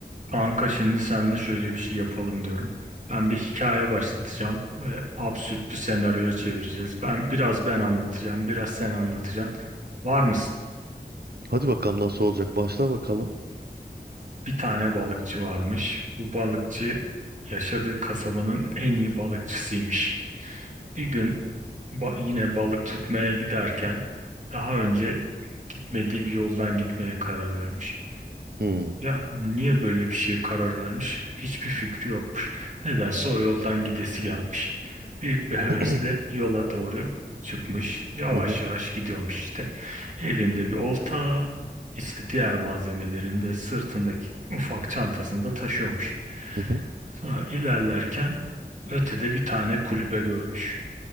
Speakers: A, on the right; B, on the right.
A: Kanka şimdi seninle şöyle bir şey yapalım diyorum. Ben bir hikaye başlatacağım. ve absürt bir senaryoya çevireceğiz. Ben biraz ben anlatacağım, biraz sen anlatacaksın. Var mısın?
B: Hadi bakalım nasıl olacak. Başla bakalım.
A: Bir tane balıkçı varmış. Bu balıkçı yaşadığı kasabanın en iyi balıkçısıymış. Bir gün ba- yine balık tutmaya giderken daha önce gitmediği bir yoldan gitmeye karar vermiş.
B: Hmm.
A: Ya niye böyle bir şeye karar vermiş? Hiçbir fikri yokmuş. Nedense o yoldan gidesi gelmiş. Büyük bir hevesle
B: <clears throat>
A: yola doğru çıkmış. Yavaş
B: Hı hı,
A: yavaş gidiyormuş işte. Elinde bir olta, işte diğer malzemelerini de sırtındaki ufak çantasında taşıyormuş.
B: hı hı.
A: Sonra ilerlerken ötede bir tane kulübe görmüş.